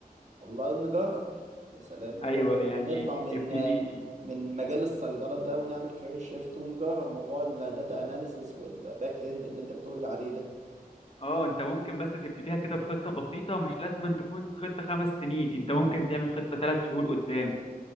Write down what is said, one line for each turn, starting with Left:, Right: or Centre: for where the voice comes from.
Right: والله نجرب يا سلام نجرب
Left: ايوه يعني
Right: نطلع من
Left: ابتدي
Right: من مجال الصيدلة ده ونعمل كارير شيفت ونجرب موضوع الداتا اناليسز والباك اند اللي انت بتقولي عليه ده
Left: اه انت ممكن بس تبتديها كده بخطة بسيطة مش لازم أن تكون خطة خمس سنين انت ممكن تعمل خطة ثلاث شهور قدام